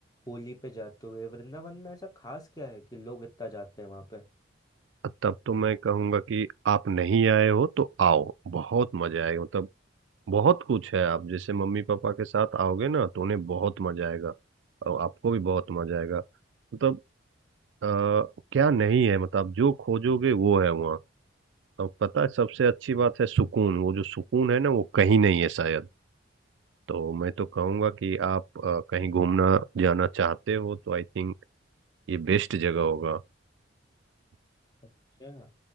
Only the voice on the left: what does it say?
होली पे जाते हुए वृंदावन में ऐसा खास क्या है कि लोग इतना जाते हैं वहां पे
अच्छा